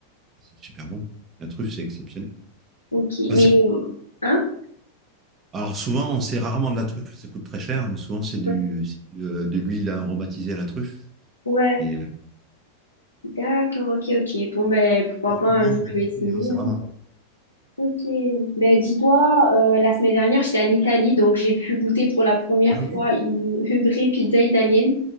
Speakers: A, on the right; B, on the left.
A: c'est super bon la truffe c'est exceptionnel
B: Ok.
A: Enfin,
B: Mais.
A: c'est-
B: hein
A: alors souvent c'est rarement de la truffe ça coûte très cher mais souvent c'est du
B: Ouais,
A: c'est de, de l'huile aromatisée à la truffe
B: Ouais.
A: mais euh,
B: d'accord, ok, ok. Bon, ben, pourquoi
A: je
B: pas
A: recommande
B: un jour,
A: pour
B: je vais
A: tester
B: essayer.
A: hein, c'est
B: hein.
A: vraiment bon
B: Ok. Ben, dis-toi, euh, la semaine dernière, j'étais en Italie, donc j'ai pu goûter pour la première
A: ah
B: fois
A: oui
B: une, <laughs> une vraie pizza italienne.